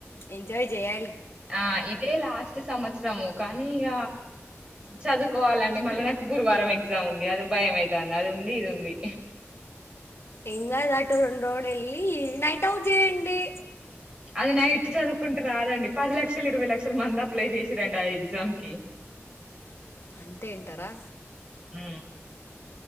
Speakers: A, on the left (about 60°); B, on the right (about 20°).
A: ఎంజాయ్ జేయా
B: ఆ ఇదేలా సంవత్సరము కానీ ఇక చదువుకోవాలండి మళ్ళా నాకు గురువారం ఎగ్జామ్ ఉంది అది భయం అయితంది అది ఉంది ఇది ఉంది
A: ఏం గాదు అటు రెండు రౌండ్లు వెళ్లి నైట్ అవుట్ చేయండి
B: అది నై ఇట్ చదువుకుంటే రాదండి పది లక్షలు ఇరవై లక్షల మంది అప్లై చేసిరండి ఆ ఎగ్జామ్ కి
A: అంతే అంటారా
B: అ